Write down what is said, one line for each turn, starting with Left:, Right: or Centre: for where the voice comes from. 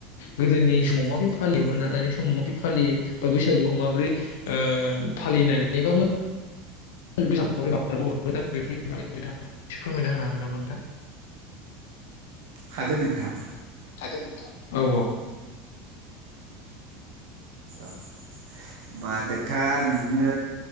Left: गोदोनि समाव माबि फालियोमोन आर दानि समाव माबि फालियो बा बैसाग बैसागुखौ माबोरै ओ फालिनानै बाबो
Right: लांदां
Left: बेफोर फोरमायना होनो हागोन नामा नोंथां <inaudible>
Right: हागोन नोंथां
Left: हागोन नोंथां औ औ
Right: ओ होमबा नोंथाङा आं नोंनो